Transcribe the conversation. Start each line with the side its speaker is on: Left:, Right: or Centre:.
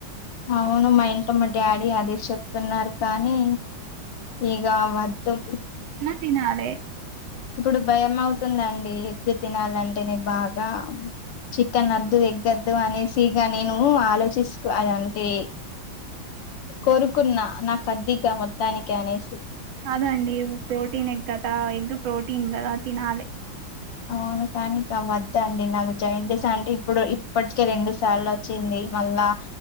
Left: అవును మా ఇంట్లో మా డాడీ అదే చెప్తున్నారు కానీ ఈగా అని ఏదు
Right: తీనాలే
Left: ఇప్పుడు భయం అవుతుందండి ఎగ్గులు తినాలంటేనే బాగా. చికెన్ వద్దు ఎగ్ వద్దు అనేసిగా నేను ఆలోచిస్తున్నాను అంటే. కోరుకున్నా నాకు వద్దు మొత్తానికి అనేసి.
Right: కాదండి ప్రోటీన్ ఎగ్ కదా ఎగ్ ప్రోటీన్ కదా తినాలి.
Left: అవును కాదండి వద్ద అండి జాండీస్ అంటే ఇప్పుడు ఇప్పటికే రెండు సార్లు వచ్చింది. మళ్ళా